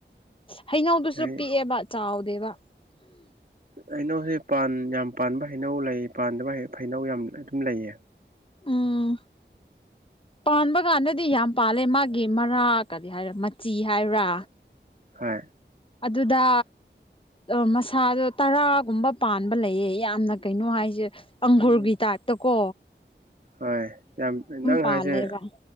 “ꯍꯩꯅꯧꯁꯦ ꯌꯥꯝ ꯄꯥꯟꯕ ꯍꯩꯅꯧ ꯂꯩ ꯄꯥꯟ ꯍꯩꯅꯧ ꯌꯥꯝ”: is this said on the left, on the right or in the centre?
Right